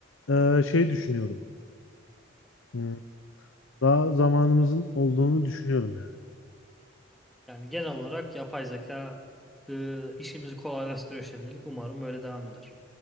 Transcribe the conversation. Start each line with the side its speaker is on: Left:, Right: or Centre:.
Left: e, şey düşünüyorum. Hmm, Daha zamanımızın olduğunu düşünüyorum yani.
Centre: Yani genel olarak yapay zeka e, işimizi kolaylaştırıyor şimdilik. Umarım böyle devam eder.